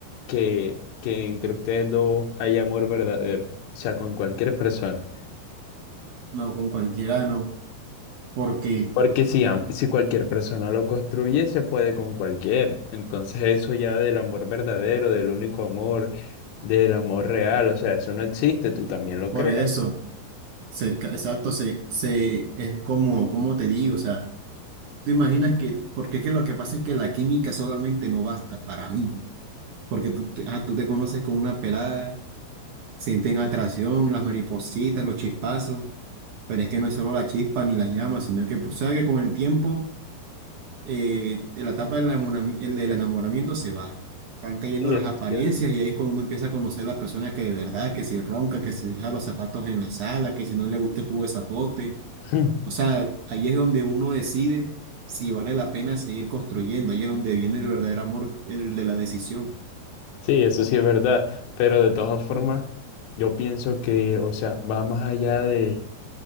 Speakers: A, on the left; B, on the right.
A: que, que entre ustedes dos haya amor verdadero? O sea, con cualquier persona.
B: No, con cualquiera no, porque
A: Porque si, am- si cualquier persona lo construye, se puede con cualquiera. Entonces eso ya del amor verdadero, del único amor, del amor real, o sea, eso no existe, tú también lo
B: por
A: creas.
B: eso, se, ca- exacto, se, se, es como, como te digo, o sea, tú imaginas que, porque es que lo que pasa es que la química solamente no basta para mí, porque tú te, ah, tú te conoces con una pelada, sienten atracción, las maripositas, los chispazos, pero es que no es solo la chispa ni la llama, sino que, pues, sabes que con el tiempo eh, de la etapa del enamorami- el del enamoramiento se va. Van cayendo
A: Sí,
B: las
A: eso
B: apariencias
A: es cierto.
B: y ahí es cuando uno empieza a conocer a la persona que de verdad, que si ronca, que si deja los zapatos en la sala, que si no le gusta el jugo de zapote.
A: <clears throat>
B: O sea, ahí es donde uno decide si vale la pena seguir construyendo. Ahí es donde viene el verdadero amor, el de la decisión.
A: Sí, eso sí es verdad. Pero de todas formas, yo pienso que, o sea, va más allá de,